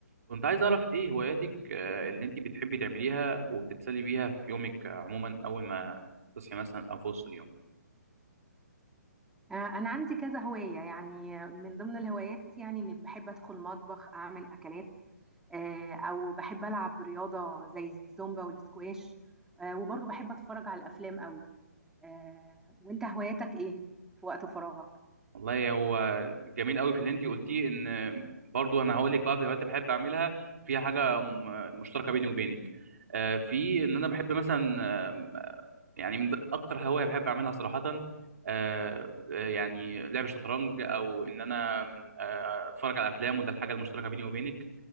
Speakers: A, on the right; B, in the centre.
A: كنت عايز أعرف إيه هواياتك آه، اللي أنت بتحبي تعمليها وتتسلي بيها في يومك آه، عموما أول ما تصحي مثلا أو في وسط اليوم
B: آه، أنا عندي كذا هواية يعني من ضمن الهوايات يعني إني بحب أدخل مطبخ أعمل أكلات آه، أو بحب ألعب رياضة زي الزومبا والسكواش آه، وبرضه بحب أتفرج على الأفلام قوي آه، وأنت هواياتك إيه في وقت فراغك؟
A: والله هو جميل قوي في اللي أنت قلتيه إن آه، برضو أنا هقول لك بعض الهوايات اللي بحب أعملها فيها حاجة م- مشتركة بيني وبينك آه، في إن أنا بحب مثلا آه، يعني من أكتر هواية بحب أعملها صراحة آه، آه، يعني لعب الشطرنج أو إن أنا آه، أتفرج على أفلام وده الحاجة المشتركة بيني وبينك